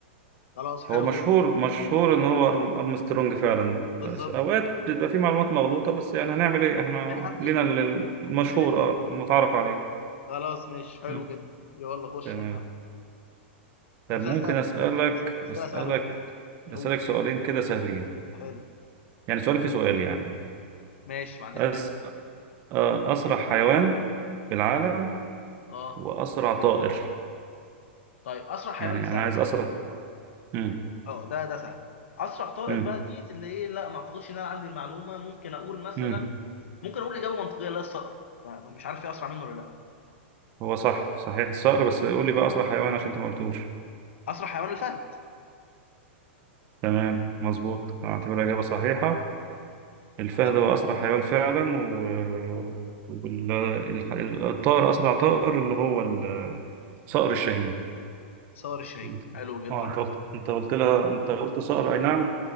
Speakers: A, on the left; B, on the right.
A: خلاص، حلو
B: هو مشهور
A: جدا
B: مشهور ان هو أرم- ارمسترونج فعلا
A: بالظبط
B: بس اوقات بتبقى في معلومات مغلوطة بس يعني هنعمل ايه احنا
A: بنعديها
B: لينا ال- المشهور
A: بن-
B: اه المتعارف عليه
A: خلاص ماشي حلو
B: مم.
A: جدا يلا خش
B: تمام
A: انت يا معلم.
B: طب
A: اسئله
B: ممكن اسالك
A: اسئله
B: اسالك
A: سهله بالله قول
B: اسالك سؤالين كده سهلين
A: حلو
B: يعني سؤال في سؤال يعني
A: ماشي ما عنديش
B: أس...
A: مشاكل
B: آه، اسرع حيوان في العالم
A: اه
B: واسرع طائر
A: طيب اسرع حيوان
B: يعني
A: دي سهله
B: انا عايز
A: دي
B: اسرع
A: سهله
B: امم
A: اه ده ده سهل اسرع طائر
B: امم
A: بقى دي اللي ايه لا ما اعتقدش ان انا عندي المعلومه ممكن اقول مثلا
B: امم
A: ممكن اقول اجابه منطقيه لا الصقر فمش عارف ايه اسرع منه ولا لا
B: هو صح صحيح الصقر بس قول لي بقى اسرع حيوان عشان انت ما قلتوش
A: اسرع حيوان الفهد
B: تمام مظبوط اعتبرها اجابه صحيحه الفهد
A: حلو
B: هو اسرع حيوان فعلا و وال... الح- الطائر اسرع طائر اللي هو ال- صقر الشاهين
A: صقر الشاهين
B: انت-
A: حلو جدا
B: اه انت قلت انت قلت لها انت قلت صقر اي نعم